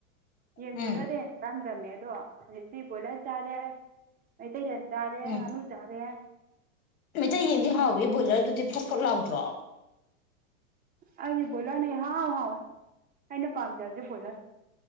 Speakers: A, on the right (about 20°); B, on the left (about 75°).
A: ꯌꯦꯟ
B: ꯎꯝ
A: ꯕꯣꯏꯂꯗ ꯆꯝꯗꯝꯅꯦ ꯑꯗꯣ ꯍꯧꯖꯤꯛꯇꯤ ꯕꯣꯏꯂꯔ ꯆꯥꯔꯦ ꯃꯩꯇꯩꯂꯣꯟ ꯆꯥꯔꯦ
B: ꯎꯝ
A: ꯉꯥꯅꯨ ꯆꯥꯔꯦ
B: ꯃꯩꯇꯩ ꯌꯦꯟꯗꯤ ꯍꯥꯎꯏꯤ ꯕꯣꯏꯂꯔꯗꯨꯗꯤ ꯐꯣꯠ ꯐꯣꯠ ꯂꯥꯎꯗ꯭ꯔꯣ
A: ꯑꯩꯗꯤ ꯕꯣꯏꯂꯅ ꯏꯍꯥꯎ ꯍꯥꯎꯏꯤ ꯑꯩꯅ ꯄꯥꯝꯖꯕ <inaudible>